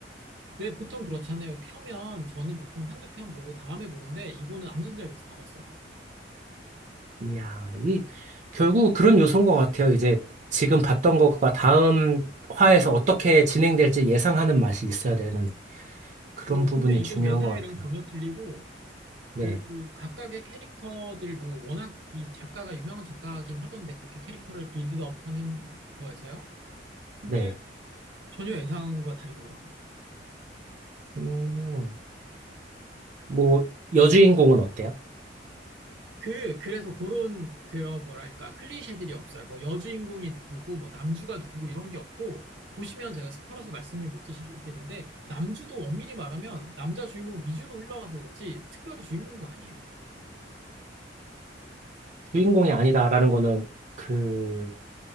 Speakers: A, on the right; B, on the right.
A: 왜 보통 그렇잖아요. 켜면 저는 보통 한두 편 보고 다음에 보는데 이거는 앉은 자리에서 다 봤어요.
B: 이야, 이, 결국 그런 요소인 것 같아요. 이제 지금 봤던 것과 다음 화에서 어떻게 진행될지 예상하는 맛이 있어야 되는 그런
A: 오,
B: 부분이
A: 근데 이건
B: 중요한
A: 예상이랑
B: 것 같아요.
A: 전혀 틀리고
B: 네.
A: 그, 그 각각의 캐릭터들 뭐 워낙 이 작가가 유명한 작가긴 하던데 그렇게 캐릭터를 빌드업하는 거에서요. 근데
B: 네.
A: 전혀 예상과 다르게 흘러갑니다.
B: 음, 뭐, 여주인공은 어때요?
A: 그, 그래서 그런, 그런, 뭐랄까, 클리셰들이 없어요. 뭐, 여주인공이 누구고, 뭐, 남주가 누구고, 이런 게 없고, 보시면 제가 스포라서 말씀을 못 드리겠는데, 남주도 엄밀히 말하면, 남자 주인공 위주로 흘러가서 그렇지, 특별히 주인공도 아니에요.
B: 주인공이 아니다라는 거는 그,